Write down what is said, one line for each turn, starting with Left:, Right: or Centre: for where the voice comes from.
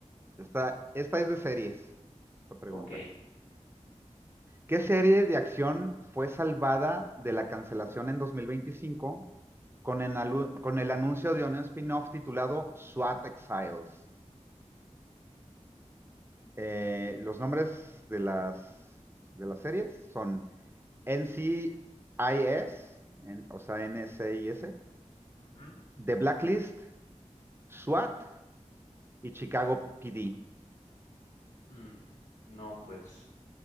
Right: Esta, esta es de series, esta pregunta.
Left: Ok.
Right: ¿Qué serie de acción fue salvada de la cancelación en 2025 con el, con el anuncio de un spin-off titulado SWAT Exiles?
Left: Mm,
Right: Eh, los nombres de las, de las series son NCIS, en- o sea, NCIS,
Left: ujú,
Right: The Blacklist, SWAT y Chicago PD.
Left: mm. No, pues,